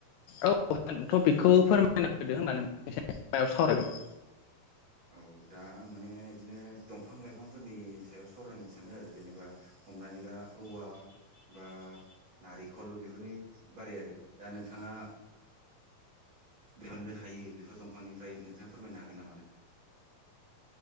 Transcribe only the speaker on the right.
औ दा आं माने बिदिनो दंफां लाइफांफोरनि सायाव सावरायनो सानदों आरो जेनोबा। हमनानै ला औवा बा नारेंखल बेफोरनि बारै आरो। दा नोंथाङा दिहन्नो हायो बेफोर दंफांनिफ्राय नोंथाङा फोरमायनो हागोन नामा?